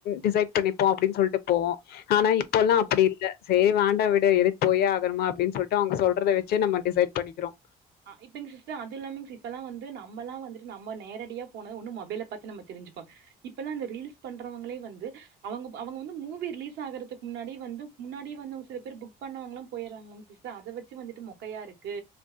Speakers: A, on the left; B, on the right.
A: டிசைட் பண்ணிப்போம் அப்படின்னு சொல்லிட்டு போவோம் ஆனா இப்போலாம்
B: ஆமாங்க
A: அப்டி இல்ல ஏ வேண்டா விடே எதுக்போயே ஆகணமா அப்படின்னு சொல்லிட்டு அவங்க சொல்றதவெச்செ நம்ம டிசைட் பண்ணிக்கிறோம்
B: ஹ இப்பங்சிஸ்அது இல்லாமிங்ஸ் இப்பலாம் வந்து நம்மல்லா வந்துட்டு நம்ம நேரடியா போன ஒன்னு மொபைலை பாத்தி நம்ம தெரிஞ்சுப்போம் இப்பல்லாம் அந்த ரீல்ஸ் பண்றவங்களே வந்து அவங்க அவங்க வந்து மூவி ரிலீஸ் ஆகுறதுக்கு முன்னாடி வந்து முன்னாடி சில பேர் புக் பண்ணவங்க எல்லாம் போயறாங்களங்க சிஸ்டர் அத வச்சு வந்துட்டு முக்கையா இருக்கு